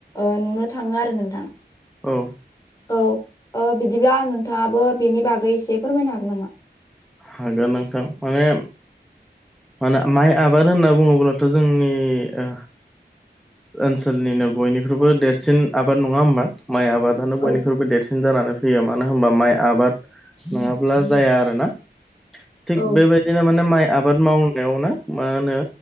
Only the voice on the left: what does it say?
ओ नुनो थाङो आरो नोंथां।
औ ओ बिदिब्ला नोंथाङाबो बेनि बागै एसे फोरमायनो हागोन नामा?
औ
औ